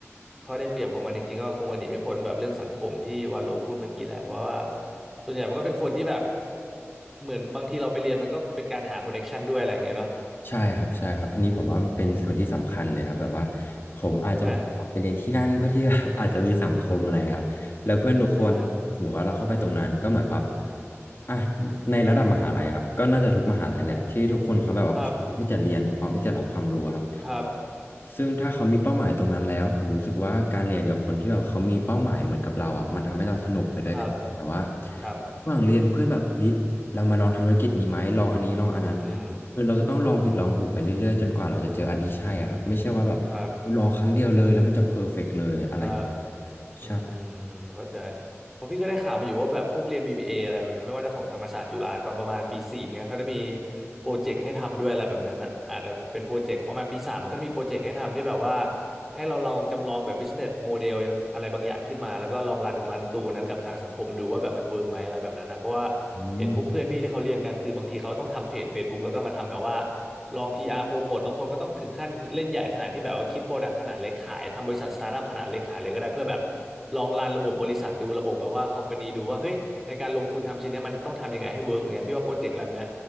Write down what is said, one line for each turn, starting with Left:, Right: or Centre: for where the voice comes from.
Centre: ข้อได้เปรียบของมันจริงๆก็คงหนีไม่พ้นแบบเรื่องสังคมที่วาโลพูดเมื่อกี้แหละเพราะว่าส่วนใหญ่มันก็เป็นคนที่แบบเหมือนบางทีเราไปเรียนมันก็เป็นการหาคอนเนคชันด้วยอะไรอย่างเงี้ยเนาะ
Left: ใช่ครับใช่ครับอันนี้ผมว่ามันเป็นส่วนที่สำคัญเลยครับแบบว่าผมอาจจะแบบอยากไปเรียนที่นั่นเพื่อที่
Centre: ใช่ไหม
Left: <laughs> แบบ <laughs> อาจจะมีสังคมอะไรครับแล้วเพื่อนทุกคนสมมติว่าเราเข้าไปตรงนั้นก็เหมือนว่า
Centre: ใช่
Left: อ่ะในระดับมหาลัยครับก็น่าจะทุกมหาลัยแหละที่ทุกคนเขาแบบว่าพร้อมที่จะเรียนพร้อมที่จะรับความรู้ครับ
Centre: ครับครับ
Left: ซึ่งถ้าเขามีเป้าหมายตรงนั้นแล้วผมรู้สึกว่าการเรียนกับคนที่แบบเขามีเป้าหมายเหมือนกับเราอ่ะมันทำให้เราสนุกไปด้วยกันแต่ว่า
Centre: ครับครับ
Left: ระหว่างเรียนเพื่อนแบบเฮ้ยเรามาลองทำธุรกิจนี้ไหมลองอันนี้ลองอันนั้น
Centre: อืม
Left: คือเราก็ต้องลองผิดลองถูกไปเรื่อยๆจนกว่าเราจะเจออันที่ใช่อะครับไม่ใช่ว่าแบบ
Centre: ครับ
Left: ลองครั้งเดียวเลยแล้วมันจะเพอร์เฟกต์เลยอะไร
Centre: ครับอืมอืมอืมเข้าใจ
Left: ใช่
Centre: เพราะพี่ก็ได้ข่าวมาอยู่ว่าแบบพวกเรียน BBA ออะไรแบบนั้นไม่ว่าจะของธรรมศาสตร์จุฬาตอนประมาณปีสี่เงี้ยเขาจะมีโปรเจกต์ให้ทำด้วยอะไรแบบนั้นอ่ะอาจจะเป็นโปรเจกต์ประมาณปีสามมันก็จะมีโปรเจกต์ให้ทำที่แบบว่า ให้เราลองจำลองแบบ business model อะไรบางอย่างขึ้นมาแล้วก็ลองรันรันตัวนั้นกับทางสังคมดูว่าแบบมันเวิร์กไหมอะไรแบบนั้นนะเพราะว่า
Left: อืม
Centre: เห็นพวกเพื่อนพี่ที่เขาเรียนกันคือบางทีเขาต้องทำเพจ Facebook แล้วก็มาทำแบบว่าลอง PR โปรโมทบางคนก็ต้องถึงขั้นเล่นใหญ่ขนาดที่แบบว่าคิดโปรดักต์ขนาดเล็กขายทำบริษัทสตาร์ทอัพขนาดเล็กขายเลยก็ได้เพื่อแบบลองรันระบบบริษัทดูระบบแบบว่าคอมพานีดูว่าเฮ้ยในการลงทุนทำชิ้นเนี้ยมันต้องทำยังไงให้เวิร์กยังไงพี่ว่าโปรเจกต์แบบเนี้ย